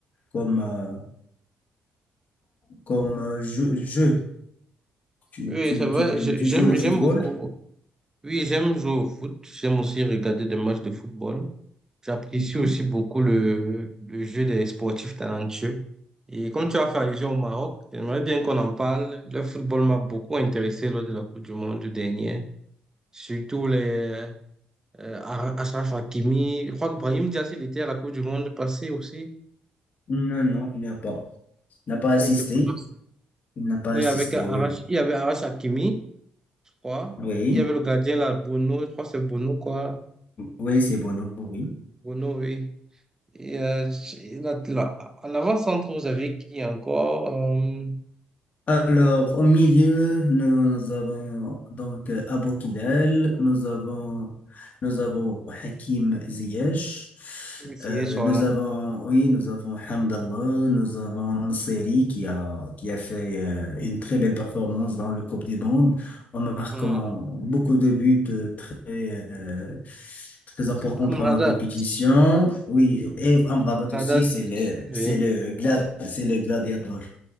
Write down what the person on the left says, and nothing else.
comme, euh, comme euh, jeu, jeu? Tu,
tu,
tu,
tu joues le
football?
Mhm.
Non, non, il n'a pas. Il n'a pas
assisté.
Il n'a pas
assisté,
oui.
Oui,
oui, c'est bon, oui.
Alors, au milieu, nous, nous avons donc euh, Abou Kilal, nous avons, nous avons Hakim Ziyech,
euh,
nous
avons, oui, nous avons Hamdallah, nous avons Nasseri qui a, qui a fait euh, une très belle performance dans le Coupe des bandes en marquant
beaucoup de buts euh, très, euh, très importants
dans la compétition. Oui, et Amrabat
aussi, c'est le,
c'est le, gla- c'est le gladiateur.